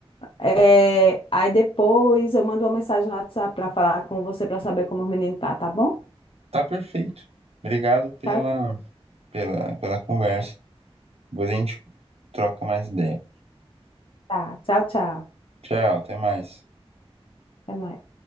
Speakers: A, on the left (about 55°); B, on the right (about 80°).
A: É, aí depois eu mando uma mensagem no WhatsApp para falar com você para saber como o menino tá, tá bom?
B: tá perfeito. Obrigado pela,
A: Tchau,
B: pela, pela conversa. Depois a gente troca mais ideia.
A: tchau, tchau, tchau.
B: Tchau, até mais.
A: Até mais.